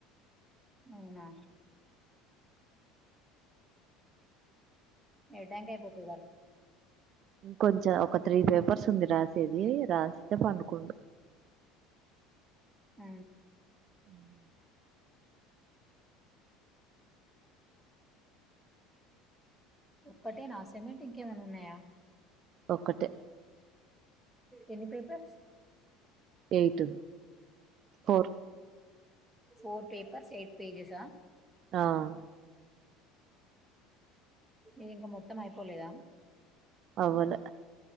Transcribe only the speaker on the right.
ఇంకొంచెం ఒక త్రీ పేపర్స్ ఉంది రాసి సది రాస్తే పం కుం
ఉహ
ఒక్కటే
eight four
ఆహ
అవలే